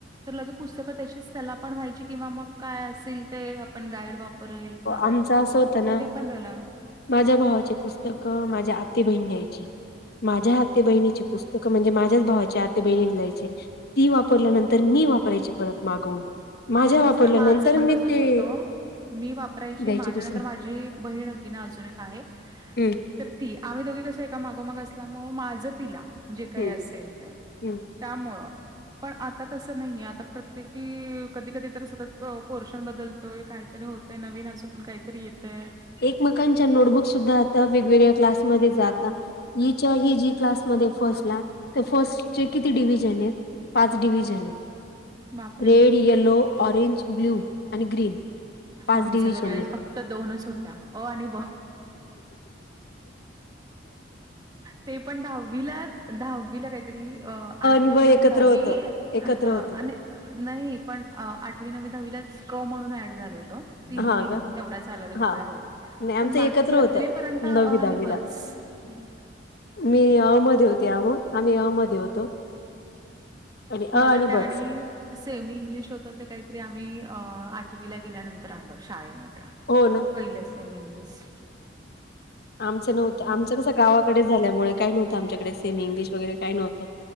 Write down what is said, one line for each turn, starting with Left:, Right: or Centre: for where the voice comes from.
Right: तर लगे पुस्तकं त्याची त्याला पण व्हायची किंवा, मग काय असेल ते आपण गाईड वापर बरं होईल, किंवा काय?
Left: आमच असं होत ना.
Right: ते पण झालं.
Left: माझ्या भावाचे पुस्तक माझ्या आती बहिण द्यायची. माझ्या आते बहिणीचे पुस्तक म्हणजे, माझ्याच भावाचे आते बहिणीला द्यायची. ती वापरल्या नंतर मी वापरायची परत मागवून माझ्या
Right: मग तेच
Left: वापरल्या
Right: ना माझं
Left: नंतर
Right: पण
Left: मी
Right: तसंच
Left: ते
Right: होतं. मी वापरायची
Left: द्यायचे
Right: माझ्या
Left: दुसरे
Right: नंतर माझी बहीण होती ना, अजून एक आहे.
Left: हम्म,
Right: तर ती आम्ही दोघी कशा एका मागोमाग असल्या मुळ, माझ तिला जे काही
Left: हम्म
Right: असेल ते.
Left: हम्म.
Right: त्यामुळ पण आता तसं नाहीेयं, आता प्रत्येकी कधी कधी तर सतत पोर्शन बदलतोय, काहीतरी होतय नवीन अजून काही तरी येतय.
Left: एकमेकांच्या नोटबुकस सुद्धा आता वेगवेगळ्या क्लास मध्ये
Right: ना
Left: जातात. हिच्या ही जी क्लास मध्ये फर्स्टला तर फर्स्ट चे किती डिव्हजन आहेत? पाच डिव्हजन.
Right: बापरे
Left: रेड, येलो, ऑरेंज, ब्ल्यू आणि ग्रीन. पाच
Right: आमचा
Left: डिव्हिजन
Right: तर वेळेस
Left: आहेत.
Right: फक्त दोनच होत्या, अ आणि ब. ते पण दहावीला दहावीला काहीतरी अ आठवी,
Left: नि ब
Right: नववी,
Left: एकत्र
Right: दहावी
Left: होतो एकत्र
Right: हा
Left: होतो.
Right: नाही नाही पण आठवी, नववी, दहावीलाच क म्हणून ऍड झाल होत. तीन
Left: हा
Right: तीन
Left: का?
Right: तेवढाच झाला, तर
Left: हा
Right: तुकड्या आवो.
Left: नाही आमचं
Right: पण बाकी
Left: एकत्र
Right: सातवी
Left: होतं
Right: पर्यंत आणि
Left: नववी दहावीला.
Right: ब चं.
Left: मी अ मध्ये होते, अमून आम्ही अ मध्ये होतो. आणि अ
Right: मला
Left: आणि
Right: त्या
Left: बच
Right: आणि सेम इंग्लिश होत, ते काहीतरी आम्ही आठवीला गेल्यानंतर आलं. शाळा मध्ये.
Left: हो ना,
Right: पहिलं सेमी इंग्लिस
Left: आमचं नव्हत, आमच कसं गावाकडे झाल्यामुळे काही नव्हतं आमच्या कडे सेमी इंग्लिश वगैरे काही नव्हतं.